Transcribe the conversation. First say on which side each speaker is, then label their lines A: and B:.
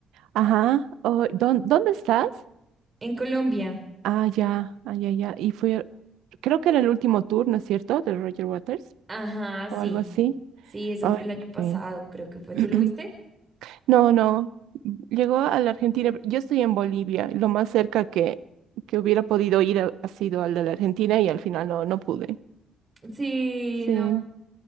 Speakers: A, on the right; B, on the right.
A: Ajá, oh, ¿dón- ¿dónde estás?
B: en Colombia.
A: Ah, ya, ah, ya, ya. Y fue, creo que era el último tour, ¿no es cierto? De Roger Waters
B: Ajá,
A: o
B: sí.
A: algo así.
B: Sí, eso
A: Ay,
B: fue el año pasado,
A: sí.
B: creo que fue.
A: <clears throat>
B: ¿Tú lo viste?
A: No, no. Llegó a la Argentina. Yo estoy en Bolivia. y Lo más cerca que, que hubiera podido ir ha, ha sido al de la Argentina y al final no, no pude.
B: Sí,
A: Sí.
B: no.